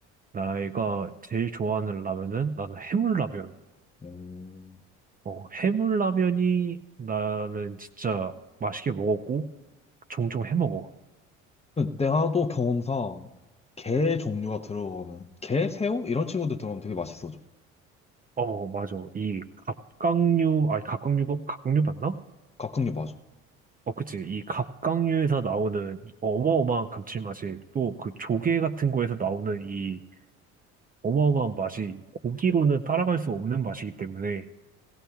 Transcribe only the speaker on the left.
응.
내가 또 경험상 게 종류가 들어가면 게, 새우 이런 친구들 들어가면 되게 맛있어져.
각각류 맞아.